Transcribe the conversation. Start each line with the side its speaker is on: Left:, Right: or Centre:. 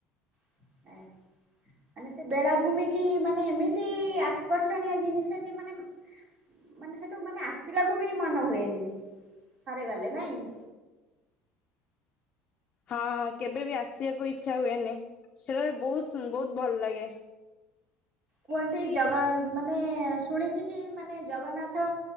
Right: <unintelligible> ମାନେ ସେ ବେଳାଭୂମି କି ମାନେ ଏମିତି ଆକର୍ଷଣୀୟ ଜିନିଷ ଯେ ମାନେ ମାନେ ସେଠୁ ମାନେ ଆସିବାକୁ ବି ମନ ହୁଏନି ଥରେ ଗଲେ ନାଇଁ।
Left: ହଁ କେବେ ବି ଆସିବାକୁ ଇଛା ହୁଏନି ସେଟା ବହୁତ ବହୁତ ଭଲ ଲାଗେ।
Right: କୁହନ୍ତି ଜଗା ମାନେ ଶୁଣିଛି କି ମାନେ ଜଗନ୍ନାଥ